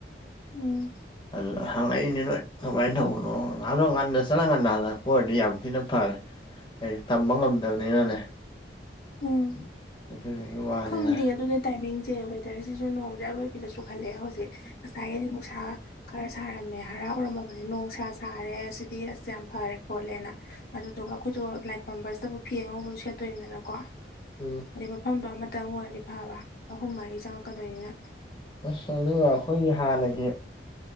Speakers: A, on the left (about 55°); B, on the left (about 25°).
A: ꯎꯝ
B: ꯑꯗꯨꯗ ꯍꯪꯉꯛꯏꯅꯤ ꯅꯣꯏ ꯀꯃꯥꯏꯅ ꯇꯧꯕꯅꯣꯗꯣ ꯉꯟꯅ ꯆꯠꯅ ꯉꯟꯅ ꯍꯜꯂꯛꯄ ꯑꯣꯏꯔꯗꯤ ꯌꯥꯝ ꯊꯤꯅ ꯐꯔꯦ ꯍꯥꯏꯗꯤ ꯇꯝꯕ ꯉꯝꯗꯕꯅꯤꯅꯅꯦ
A: ꯎꯝ
B: ꯑꯗꯨꯗꯨꯒꯤ ꯋꯥꯅꯤꯗ
A: ꯈꯪꯗ ꯑꯗꯨꯗꯤ ꯇꯥꯏꯃꯤꯡꯁꯦ ꯋꯦꯗꯔꯁꯤꯁꯨ ꯅꯣꯡꯁꯦ ꯑꯔꯣꯏꯕꯤꯗꯁꯨꯨꯈꯜꯂꯛꯑꯦ ꯍꯧꯖꯤꯛ ꯉꯁꯥꯏꯒꯤꯗꯤ ꯅꯨꯡꯁꯥ ꯈꯔ ꯁꯥꯔꯝꯃꯦ ꯍꯥꯔꯥꯎꯔꯝꯃꯕꯗꯤ ꯅꯣꯡꯁꯥ ꯁꯥꯔꯦ ꯁꯤꯗꯤ ꯑꯁ ꯌꯥꯝ ꯐꯔꯦ ꯈꯣꯠꯂꯦꯅ ꯑꯗꯨꯗꯨꯒ ꯑꯩꯈꯣꯏꯗꯣ ꯂꯥꯏ ꯈꯨꯣꯏꯔꯨꯝꯝꯕꯕꯁꯤꯗꯕꯨ ꯐꯤ ꯑꯉꯧꯕꯗ ꯁꯦꯠꯇꯣꯏꯅꯤꯗꯅꯀꯣ
B: ꯎꯝ
A: ꯑꯗꯩ ꯃꯐꯝꯗꯣ ꯑꯃꯇꯪ ꯑꯣꯏꯔ ꯐꯕ ꯑꯍꯨꯝ ꯃꯔꯤ ꯆꯪꯉꯛꯀꯗꯣꯏꯅꯤꯅ
B: ꯑꯁ ꯑꯗꯨꯒ ꯑꯩꯈꯣꯏꯒꯤ ꯍꯥꯟꯅꯁ